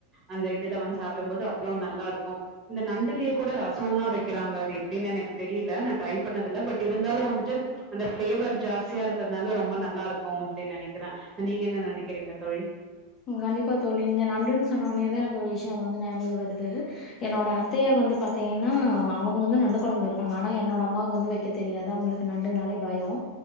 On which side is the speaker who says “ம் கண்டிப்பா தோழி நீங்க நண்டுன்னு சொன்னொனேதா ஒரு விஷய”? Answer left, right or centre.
Left